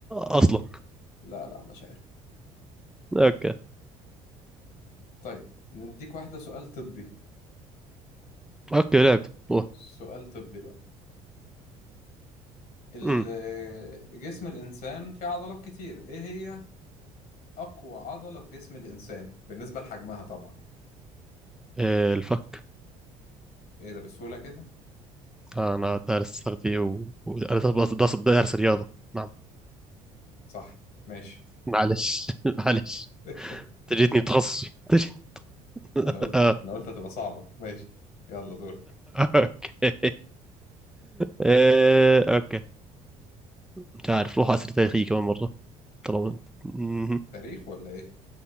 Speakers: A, in the centre; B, on the left.
A: اصلا
B: لا لا مش عارف
A: اوكي
B: طيب نديك واحدة سؤال طبي
A: اوكي لعبت أوه.
B: سؤال طبي بقى ال-
A: امم
B: جسم الإنسان فيه عضلات كتير إيه هي أقوى عضلة في جسم الإنسان بالنسبة لحجمها طبعا
A: إيه الفك
B: إيه ده بسهولة كده
A: انا دارس تغذية و... و... دارس دارس- دارس رياضة نعم
B: صح ماشي
A: معلش <laughs> معلش
B: <laughs>
A: تجيتني بتخصصي تجيت <laughs>
B: أنا قلت
A: آه.
B: أنا قلت هتبقى صعبة ماشي يلا دور
A: اوكي إيه اوكي مش عارف روح اسئلة تاريخية كمان مرة طالما انت مهم.
B: تاريخ ولا ايه